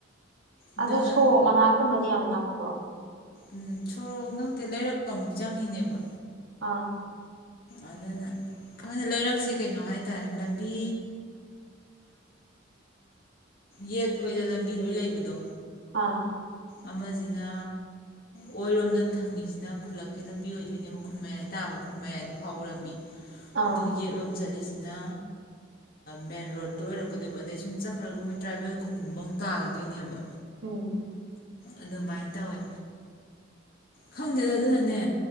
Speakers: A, on the left (about 50°); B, on the right (about 75°).
A: ꯑꯗꯨꯅ
B: ꯑꯗꯣ ꯁꯣꯔꯣꯛ ꯃꯅꯥꯛꯀꯨꯝꯕꯗꯤ ꯌꯥꯝ ꯅꯛꯄꯣ
A: ꯎ ꯁꯣꯔꯣꯛ ꯅꯛꯇꯦ ꯂꯩꯔꯛꯀ ꯑꯃꯨꯛ ꯆꯪꯉꯤꯅꯦꯕ
B: ꯑꯥ
A: ꯑꯗꯨꯅ ꯈꯪꯗꯦ ꯂꯩꯔꯛꯁꯦ ꯀꯩꯅꯣ ꯍꯥꯏꯇꯥꯔꯦ ꯂꯝꯕꯤ ꯌꯦꯠ ꯑꯣꯏꯗ ꯂꯝꯕꯤꯣꯏ ꯂꯩꯕꯗꯣ
B: ꯑꯥ
A: ꯑꯃꯁꯤꯅ ꯑꯣꯏꯔꯣꯝꯗ ꯊꯪꯉꯤꯁꯤꯅ ꯈꯨꯜꯂꯛꯀꯤ ꯂꯝꯕꯤ ꯑꯣꯏꯗꯣꯏꯅꯦꯕ ꯈꯨꯟ ꯃꯌꯥꯏ ꯇꯥꯕ ꯈꯨꯟ ꯃꯌꯥꯏꯗ ꯐꯥꯎꯕ ꯂꯝꯕꯤ
B: ꯑꯥ
A: ꯑꯗꯨ ꯌꯦꯠꯂꯣꯝ ꯆꯠꯂꯤꯁꯦ ꯁꯤꯅ ꯃꯦꯟ ꯔꯣꯗꯠꯇꯨ ꯑꯣꯏꯔꯛꯀꯗꯣꯏꯕ ꯑꯗꯩ ꯁꯨꯝ ꯆꯠꯈ꯭ꯔꯒ ꯃꯣꯏ ꯇ꯭ꯔꯥꯏꯕꯦꯜ ꯈꯨꯟꯒꯨꯝꯕ ꯑꯃꯨꯛ ꯇꯥꯈꯤꯗꯣꯏꯅꯦꯕ
B: ꯎꯝ
A: ꯑꯗꯨꯃꯥꯏꯅ ꯇꯧꯋꯦ ꯈꯪꯗꯦꯗ ꯑꯗꯨꯅꯅꯦ